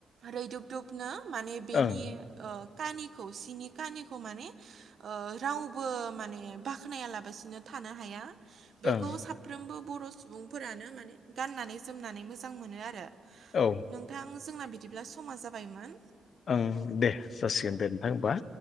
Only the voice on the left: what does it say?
ओं
ओं
औ
ओं दे जासिगोन दे नोंथां होमबा।